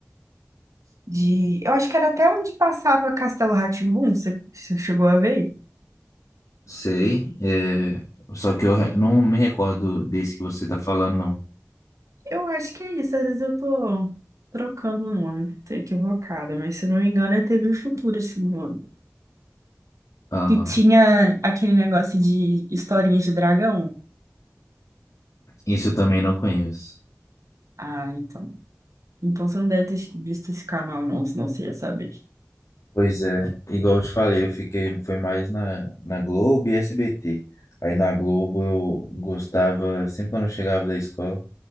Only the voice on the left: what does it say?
Sei, é, só que eu re- não me recordo desse que você tá falando, não.
Aham.
Isso eu também não conheço.
Pois é, igual eu te falei, eu fiquei, foi mais na, na Globo e SBT. Aí na Globo eu gostava, sempre quando eu chegava da escola,